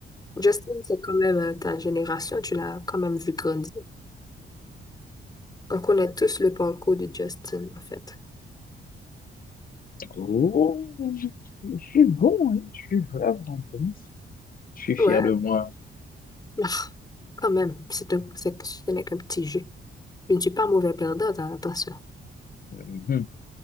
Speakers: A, on the left (about 20°); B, on the left (about 45°).
A: Justin, c'est quand même euh, ta génération, tu l'as quand même vu grandir. On connaît tous le parcours de Justin, en fait.
B: Oh, je je suis bon, hein, Je suis vraiment bon. Je suis fier
A: Ouais,
B: de moi.
A: Ah, quand même, c'est un, c'est, ce n'est qu'un petit jeu. Je ne suis pas mauvais perdant, hein, attention.
B: Mhm.